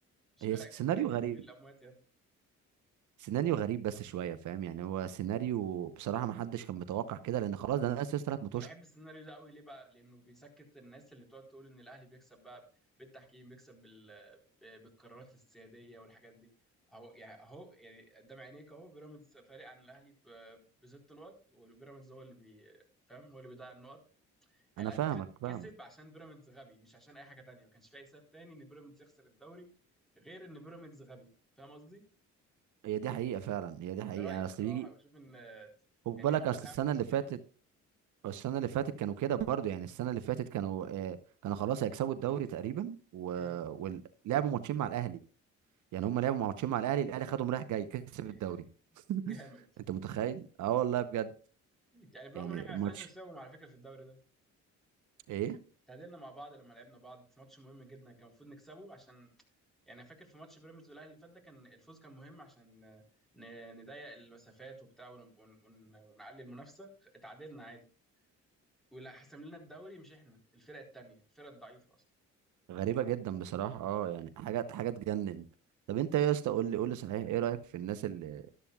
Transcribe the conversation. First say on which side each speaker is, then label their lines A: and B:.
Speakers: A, in the centre; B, on the right.
A: مش
B: هي
A: فرق
B: س- سيناريو
A: الفرقه دي كانت
B: غريب
A: بين الاموات
B: سيناريو غريب بس شويه فاهم يعني هو سيناريو بصراحه ما حدش كان متوقع كده لان خلاص ده انا سيستر ثلاث متوشه
A: انا بحب السيناريو ده قوي ليه بقى لانه بيسكت الناس اللي بتقعد تقول ان الاهلي بيكسب بقى بالتحكيم بيكسب بال... ب- بالقرارات السياديه والحاجات دي اهو يعني اهو يعني قدام عينيك اهو بيراميدز فارق عن الاهلي ب- بست نقط وبيراميدز هو اللي بي... فاهم هو اللي بيضيع النقط يعني
B: انا فاهمك
A: الاهلي خ-
B: فاهمك
A: كسب عشان بيراميدز غبي مش عشان اي حاجه تانية ما كانش في اي سبب تاني ان بيراميدز يخسر الدوري غير ان بيراميدز غبي فاهم قصدي
B: هي دي حقيقه فعلا هي دي حقيقه
A: ده رايي بصراحه
B: اصل بيجي
A: بشوف ان
B: خد
A: يعني
B: بالك
A: هما
B: اصل
A: ضيعوا
B: السنه
A: فرصه
B: اللي
A: من
B: فاتت
A: ايديهم
B: السنه اللي فاتت كانوا كده برضه يعني السنه اللي فاتت كانوا آه، كانوا خلاص هيكسبوا الدوري تقريبا و...
A: مم.
B: ولعبوا ماتشين مع الاهلي يعني هم لعبوا ماتشين مع الاهلي الاهلي خدهم رايح جاي كسب
A: <laughs>
B: الدوري
A: جامد
B: انت متخيل اه والله بجد
A: يعني برغم
B: يعني
A: ان احنا ما
B: ماتش
A: عرفناش نكسبهم على فكره في الدوري ده
B: ايه
A: تعادلنا مع بعض لما لعبنا بعض في ماتش مهم جدا كان المفروض نكسبه عشان يعني أنا فاكر في ماتش بيراميدز والاهلي اللي فات ده كان الفوز كان مهم عشان آه، ن- نضيق المسافات وبتاع ون- ون- ون- ونعلي المنافسه اتعادلنا عادي واللي حسم لنا الدوري مش احنا الفرق التانيه الفرق الضعيفه اصلا
B: غريبة جدا بصراحة اه يعني حاجات حاجة تجنن طب انت ايه يا اسطى قول لي قول لي صحيح ايه رأيك في الناس اللي